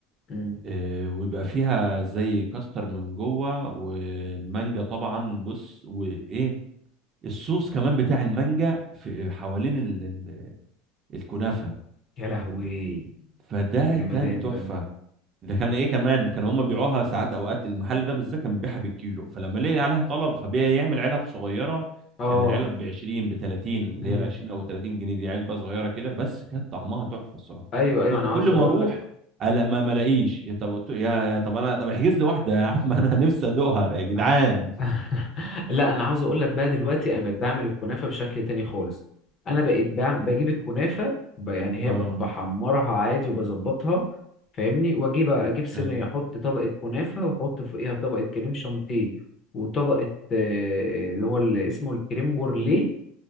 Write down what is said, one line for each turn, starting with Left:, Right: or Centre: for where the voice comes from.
Left: مم.
Right: آه، ويبقى فيها زي كاستر من جوه والمانجا طبعا بص وايه الصوص كمان بتاع المانجا في حوالين ال- ال- الكنافه
Left: يا لهوي
Right: فده
Left: انت جمدان
Right: كان تحفه
Left: ده
Right: ده كان ايه كمان كان هم بيبيعوها ساعات اوقات المحل ده بالذات كان بيبيعها بالكيلو فلما لقي عليها طلب فبيعمل علب صغيره
Left: اه
Right: يعني العلب ب 20 ب 30 اللي
Left: مم.
Right: هي ال 20 او 30 جنيه دي علبه صغيره كده بس كانت طعمها تحفه الصراحه
Left: ايوه ايوه
Right: كنت
Left: انا
Right: كل
Left: عاوز
Right: ما
Left: اقول
Right: اروح الا ما ما الاقيش يا طب يا يا طب انا طب احجز لي واحده يا عم <laughs> انا نفسي ادوقها يا جدعان
Left: لك <laughs> لا انا عاوز اقول لك بقى دلوقتي انا بقيت بعمل الكنافه بشكل تاني خالص انا بقيت بعم... بجيب الكنافه ب... يعني هي
Right: اه
Left: ب- بحمرها عادي وبظبطها فاهمني واجيب اجيب صينيه
Right: حلو
Left: احط طبقه كنافه واحط فوقيها طبقه كريم شانتيه وطبقه آه، اللي هو اللي اسمه الكريم بورليه